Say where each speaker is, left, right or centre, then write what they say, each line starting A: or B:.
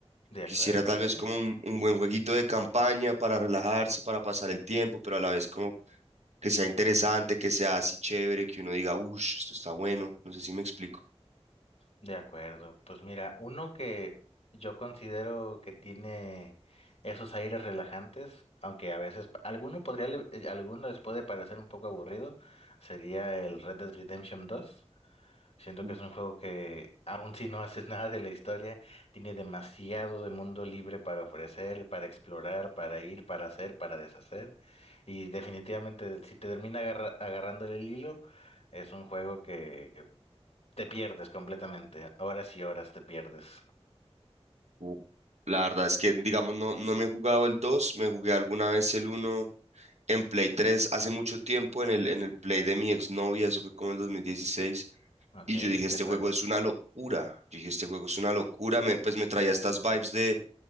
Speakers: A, on the left; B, on the right.
A: De acuerdo,
B: Quisiera tal
A: sí.
B: vez como un, un buen jueguito de campaña para relajarse, para pasar el tiempo, pero a la vez como que sea interesante, que sea así chévere, que uno diga, uff, esto está bueno, no sé si me explico.
A: De acuerdo. Pues mira, uno que yo considero que tiene esos aires relajantes, aunque a veces pa- alguno podría, le- eh, alguno les puede parecer un poco aburrido, sería el Red Dead Redemption dos Siento
B: Uh,
A: que es un juego que, aun si no haces <laughs> nada de la historia, tiene demasiado de mundo libre para ofrecer, para explorar, para ir, para hacer, para deshacer. Y definitivamente, si te termina agarra- agarrándole el hilo, es un juego que te pierdes completamente. Horas y horas te pierdes.
B: uh. La verdad es que, digamos, no, no me he jugado el 2, me jugué alguna vez el uno. en Play 3 hace mucho tiempo, en el, en el Play de mi exnovia, eso fue como en el 2016,
A: Ok,
B: y yo dije, este
A: de acuerdo.
B: juego es una locura, yo dije, este juego es una locura, me, pues me traía estas vibes de,